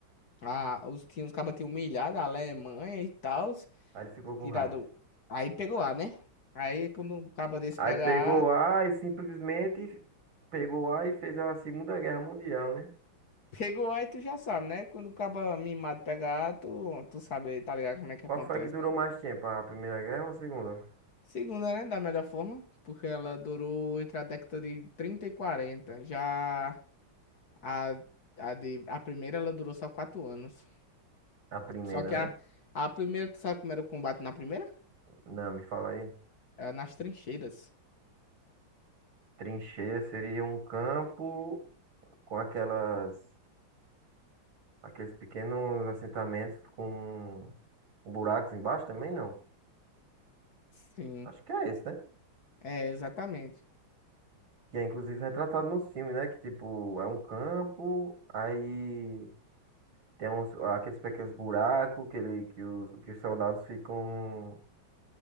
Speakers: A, on the left; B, on the right.
A: ah, os, tinha, os cabas tinham humilhado a Alemanha e tal,
B: Aí ele ficou com
A: tirado,
B: raiva.
A: aí pegou A, né? Aí, quando um caba desse
B: Aí
A: pega
B: pegou
A: A,
B: A e simplesmente pegou A e fez a Segunda Guerra Mundial, né?
A: pegou A e tu já sabe, né? Quando o caba mimado pega A, tu, tu sabe, tá ligado como é que
B: Qual
A: acontece,
B: foi a que durou
A: né?
B: mais tempo? A Primeira Guerra ou a Segunda?
A: Segunda, né? Da melhor forma, porque ela durou entre a década de 30 e 40 já a... A, de, a primeira ela durou só quatro anos.
B: A primeira,
A: Só que
B: né?
A: a, a primeira, tu sabe como era o combate na primeira?
B: Não, me fala aí.
A: Era nas trincheiras.
B: Trincheira seria um campo com aquelas, aqueles pequenos assentamentos com, com buracos embaixo também, não.
A: Sim,
B: Acho que é esse, né?
A: é, exatamente.
B: Que é inclusive retratado nos filmes, né? Que tipo, é um campo, aí Tem uns, aqueles pequenos buracos que, ele, que, os, que os soldados ficam,